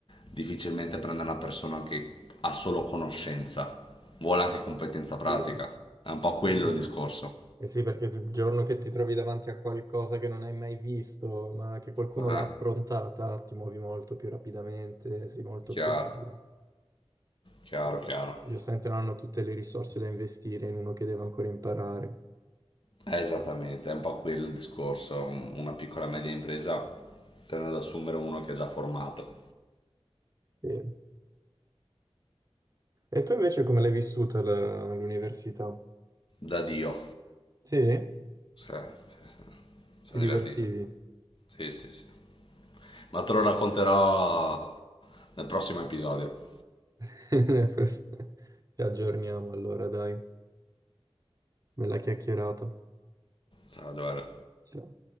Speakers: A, on the left; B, on the right.
A: difficilmente prende una persona che ha solo conoscenza, vuole anche competenza pratica.
B: Sì.
A: È un po' quello
B: Perché?
A: il discorso.
B: Eh sì, perché il giorno che ti trovi davanti a qualcosa che non hai mai visto, ma che qualcuno
A: Eh,
B: l'ha affrontata, ti muovi molto più rapidamente, sei molto
A: chiaro,
B: più abile.
A: chiaro,
B: E
A: chiaro.
B: giustamente non hanno tutte le risorse da investire in uno che deve ancora imparare.
A: È esattamente, è un po' quello il discorso. Una piccola e media impresa tende ad assumere uno che è già formato.
B: Sì. E tu invece come l'hai vissuta la- l'università?
A: Da Dio.
B: Sì?
A: Sì, sì, sì. Sono
B: Ti divertivi?
A: divertito. Sì, sì, sì. Ma te lo racconterò nel prossimo episodio.
B: <laughs> Ci aggiorniamo allora, dai, bella chiacchierata.
A: Ciao, Giovanni.
B: Ciao.